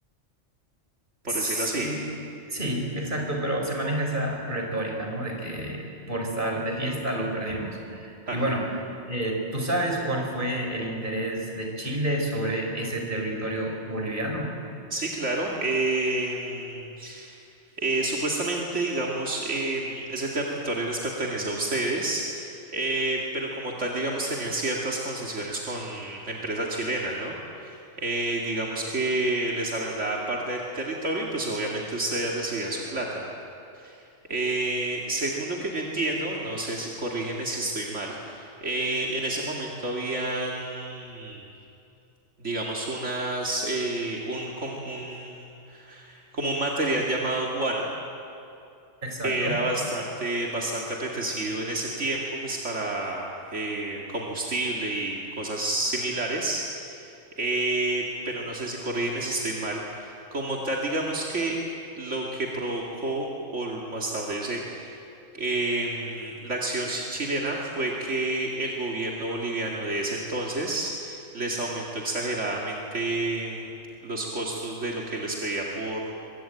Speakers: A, on the right; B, on the right.
A: por
B: Sí,
A: decirlo así. <laughs>
B: sí, exacto, pero se maneja esa retórica, ¿no? De que por estar de fiesta lo perdimos. Y
A: Ajá.
B: bueno, eh, ¿tú sabes cuál fue el interés de Chile sobre ese territorio boliviano?
A: Sí, claro. em, Eh, supuestamente, digamos, em, ese territorio les pertenece a ustedes, eh, pero como tal, digamos, tenían ciertas concesiones con empresas chilenas, ¿no? Eh, digamos que les arrendaban parte del territorio y pues obviamente ustedes recibían su plata. Eh, según lo que yo entiendo, no sé si corrígeme si estoy mal, eh, en ese momento habían, digamos, unas, eh, un, com- un, como un material llamado guano
B: Exacto.
A: Era bastante, bastante apetecido en ese tiempo, pues para eh, combustible y cosas similares. Eh, pero no sé si corrígeme si estoy mal. Como tal, digamos que lo que provocó, o l- o hasta donde yo sé, em, la acción chi- chilena fue que el gobierno boliviano de ese entonces les aumentó exageradamente em, los costos de lo que les pedía por,